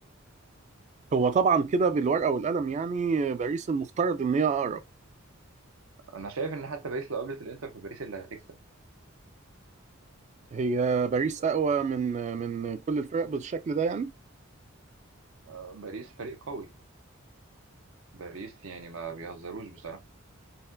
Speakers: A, on the right; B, on the right.
A: هو طبعا كده بالورقه والقلم يعني آه، باريس المفترض ان هي اقرب
B: انا شايف ان حتى باريس لو قابلت الانتر فباريس اللي هتكسب
A: هي باريس اقوى من من كل الفرق بالشكل ده يعني
B: آه، باريس فريق قوي باريس يعني ما بيهزروش بصراحه